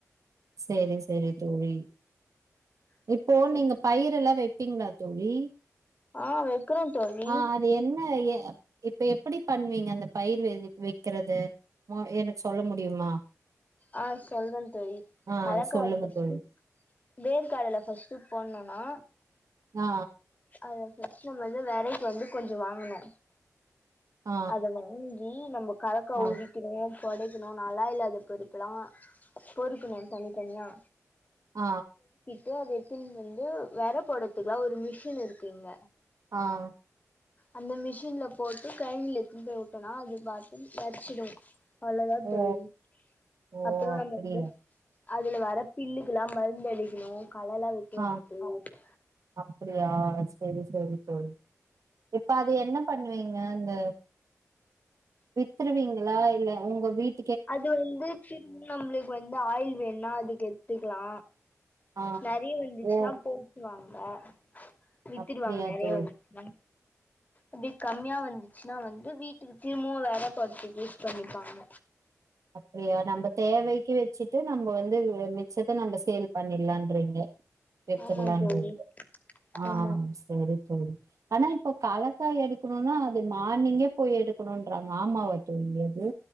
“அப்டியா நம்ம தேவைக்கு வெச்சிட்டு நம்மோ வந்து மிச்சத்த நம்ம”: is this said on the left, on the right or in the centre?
Right